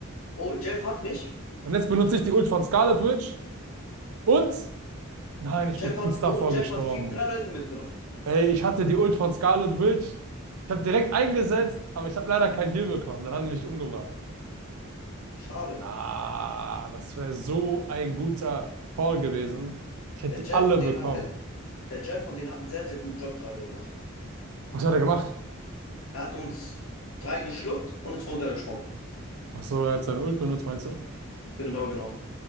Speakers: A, on the left; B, on the right.
A: Oh, Jeff hat mich.
B: Und jetzt benutze ich die Ult von Scarlet Witch und nein, ich
A: Jeff
B: bin kurz
A: hat,
B: davor
A: oh, Jeff
B: gestorben.
A: hat vier, drei Leute mitgenommen.
B: Ey, ich hatte die Ult von Scarlet Witch. Ich habe direkt eingesetzt, aber ich habe leider keinen Heal bekommen. Dann haben die mich umgebracht.
A: Schade.
B: Ah, das wäre so ein guter Call gewesen. Ich hätte
A: Der Jeff
B: die alle
A: von denen
B: bekommen.
A: hat halt, der Jeff von denen hat einen sehr, sehr guten Job gerade gemacht.
B: Was hat er gemacht?
A: Er hat uns drei geschluckt und ist runtergesprungen.
B: Ach so, er hat seine Ult benutzt, meinst du?
A: Genau, genau.